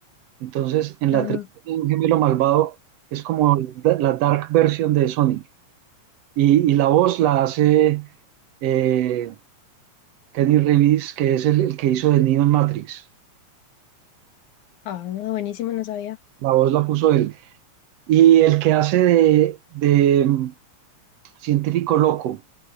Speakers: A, on the right; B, on the left.
A: Entonces, en
B: Ajá.
A: la 3 tiene un gemelo malvado que es como la la dark version de Sonic. Y, y la voz la hace eh, Kenny Reeves, que es el, el que hizo de Neo en Matrix.
B: Ah, buenísimo, no sabía.
A: La voz la puso él. Y el que hace de, de mm, científico loco.